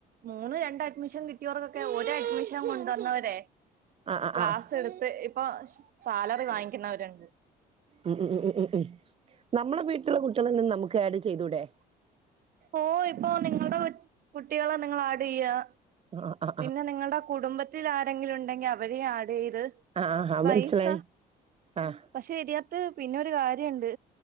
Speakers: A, on the right (about 60°); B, on the right (about 35°).
A: മൂന്ന് രണ്ട് അഡ്മിഷൻ കിട്ടിയവർക്കൊക്കെ ഒരു അഡ്മിഷൻ കൊണ്ടുവന്നവരെ
B: ആഹ് ആഹ്
A: ക്ലാസ്സ്
B: ആഹ്
A: എടുത്ത് ഇപ്പൊ സാലറി വാങ്ങിക്കുന്നവരുണ്ട്
B: ഉം ഉം ഉം ഉം ഉം ഉം നമ്മളെ വീട്ടിലെ. കുട്ടികളെന്നെ നമുക്ക് ആഡ് ചെയ്തൂടെ
A: ഓ ഇപ്പോ നിങ്ങളുടെ കൊച്ച് കുട്ടികളെ നിങ്ങള് ആഡെയ്യാ
B: ആ ആ
A: പിന്നെ നിങ്ങൾടെ കുടുംബത്തിൽ ആരെങ്കിലും ഉണ്ടെങ്കിൽ അവരേ ആഡ് ചെയ്ത്
B: ആഹാ
A: പൈസ
B: മനസിലായി ആഹ്
A: പക്ഷെ ഇതിയാത്ത് പിന്നൊരു കാര്യണ്ട്